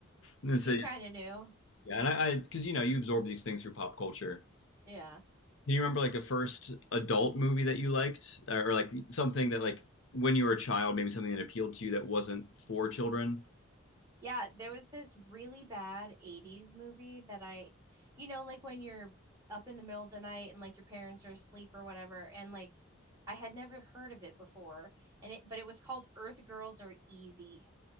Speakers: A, on the left; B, on the right.
A: it's
B: So
A: a,
B: you kind of knew.
A: yeah, and I because you know you absorb these things through pop culture.
B: Yeah.
A: Do you remember like a first adult movie that you liked, or, or like something that like when you were a child, maybe something that appealed to you that wasn't for children?
B: Yeah, there was this really bad 80s movie that I, you know, like when you're up in the middle of the night and like your parents are asleep or whatever, and like I had never heard of it before. And it, but it was called Earth Girls Are Easy.